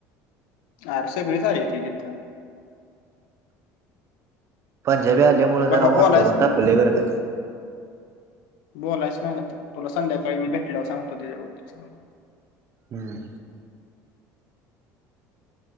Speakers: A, on the left; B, on the right.
A: आर सि बी च आली ती तिथ.
B: पंजाबी आल्यामुळे
A: पण भावा
B: जरा वातावरण
A: बोलायचं
B: तापलंय बर का ते.
A: बोलायच नाही ना तू. तुला संध्याकाळी मी भेटल्यावर सांगतो त्याच्याबद्दल सगळ.
B: हम्म.